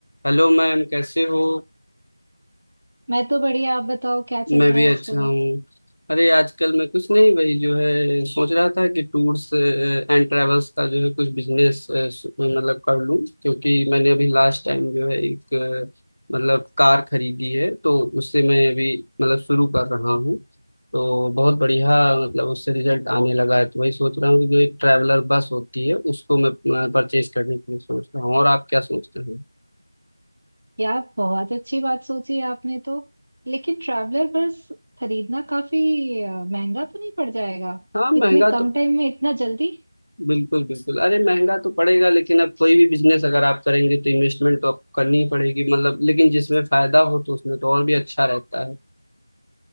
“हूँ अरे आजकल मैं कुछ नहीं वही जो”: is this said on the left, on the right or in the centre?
Left